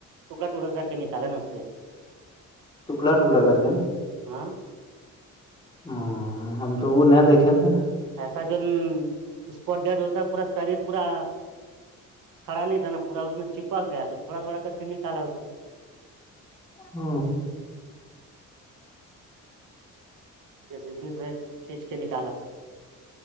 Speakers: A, on the right; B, on the left.
A: چکاٹڑا سارکے نکاللا نستے
B: ٹکڑا ٹکڑا کر د نا
A: ہاں
B: ہ ہم تو وہ نہیں دیکھے تھے
A: ایسا جون اسپٹ ڈیڈ ہوتا پورا شریر پورا کھا نہیں تھا نا پورا اس میں چپک گیا تو تھوڑا تھوڑا کر کے نکالا اس سے
B: ہ
A: ج جی س بی سے کھینچ کے نکالا